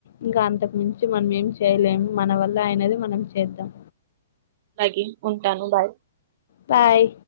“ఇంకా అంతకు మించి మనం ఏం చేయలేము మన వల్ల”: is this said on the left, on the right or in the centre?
Left